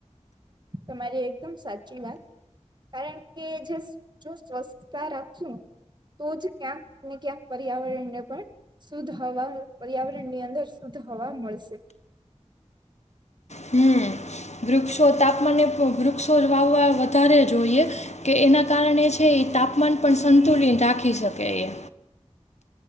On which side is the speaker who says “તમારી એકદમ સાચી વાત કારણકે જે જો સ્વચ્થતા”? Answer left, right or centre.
Right